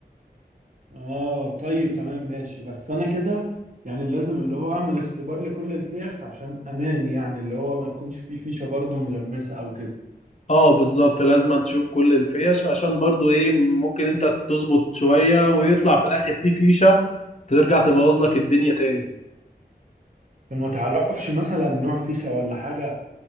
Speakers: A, on the right; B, on the left.
A: اه طيب تمام ماشي بس انا كده يعني لازم اللي هو اعمل اختبار لكل الفيش عشان امان يعني اللي هو ما يكونش فيه فيشة برضو ملمسة او كده
B: اه بالظبط لازم تشوف كل الفيش عشان برضو ايه ممكن انت تظبط شويه ويطلع في الاخر في فيشه ترجع تبوظ لك الدنيا تاني
A: فما تعرفش مثلا نوع فيشة ولا حاجة